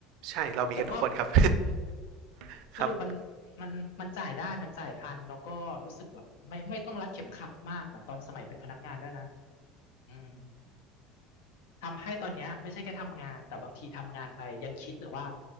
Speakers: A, on the right; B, on the left.
A: ใช่เรามีกันทุกคนครับ
B: แต่ก็
A: <laughs> ครับ
B: สรุปมันมันมันจ่ายได้มันจ่ายทันแล้วก็รู้สึกแบบไม่ไม่ต้องรัดเข็มขัดมากเหมือนตอนสมัยเป็นพนักงานด้วยนะอืม ทำให้ตอนเนี้ยไม่ใช่แค่ทำงานแต่บางทีทำงานไปยังคิดเลยว่า